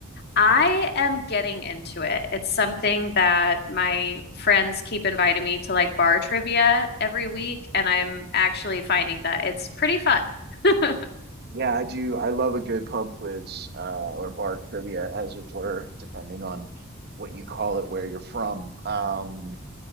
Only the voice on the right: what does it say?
Yeah, I do. I love a good pub quiz, uh, or bar trivia, as it were, depending on what you call it, where you're from. Um,